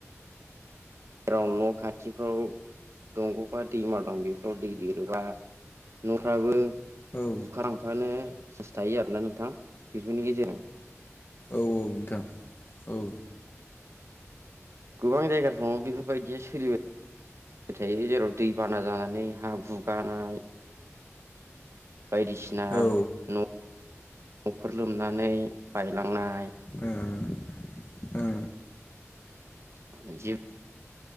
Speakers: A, on the right; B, on the left.
A: जेराव न' खाथिफ्राव दंग'बा दैमा दं बेफोराव दै देरोबा न'फ्राबो
B: औ
A: बुखार लांफानो चान्स थायो आरोना नोंथां बेफोरनि गेजेराव
B: औ औ नोंथां औ
A: गोबां जायगाफ्राव बेफोरबायदिया सोलिबाय थायो जेराव दैबाना जानानै हा गुगानाय बायदिसिना
B: ओ
A: न'फोर लोमनानै बायलांनाय
B: ओं ओ।
A: <unintelligible>